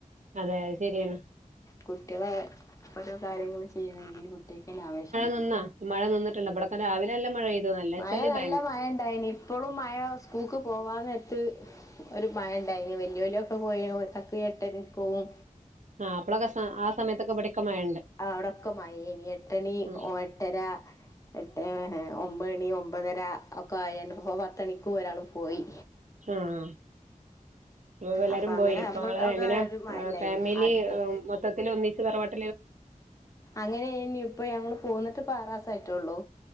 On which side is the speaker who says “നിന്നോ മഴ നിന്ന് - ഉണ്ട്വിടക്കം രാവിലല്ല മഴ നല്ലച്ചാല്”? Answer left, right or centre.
Right